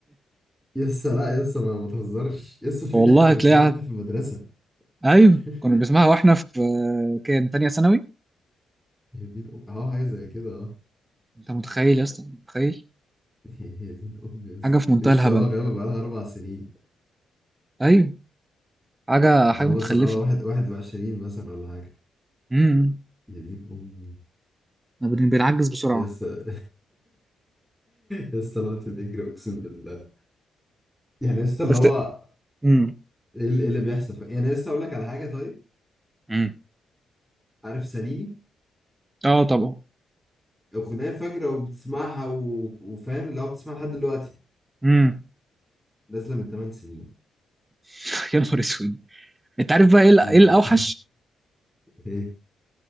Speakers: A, in the centre; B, on the right.
A: لسه لا لسه ما ما تهزرش لسه فريد
B: <laughs> والله
A: احنا كنا
B: هتلاقيها
A: بنسمعها واحنا في المدرسه
B: ايوه
A: <laughs>
B: كنا بنسمعها واحنا في كان تانية ثانوي
A: يا دين امي اه حاجه زي كده اه
B: انت متخيل يا اسطى متخيل
A: <laughs> يا دين امي لسه
B: حاجه في منتهى
A: لسه
B: الهبل
A: اه غابه بقالها اربع سنين
B: ايوه حاجه
A: اللي
B: حاجه
A: هو
B: متخلفه
A: مثلا اه واحد واحد وعشرين مثلا ولا حاجه
B: امم
A: يا دين امي
B: بن- بنعجز بسرعه
A: لسه لسه <laughs> الوقت بيجري اقسم بالله يعني لسه اللي
B: بس
A: هو
B: امم
A: ايه اللي إيه اللي بيحصل ف- يعني لسه اقول لك على حاجه طيب
B: امم
A: عارف ساليني
B: اه طبعا
A: أغنية فجرة وبتسمعها و... وفاهم اللي هو بتسمعها لحد دلوقتي
B: امم
A: نازلة من 8 سنين
B: <laughs> يا نهار اسود انت عارف بقى ايه ال- إيه
A: ال-
B: الاوحش
A: <laughs> ايه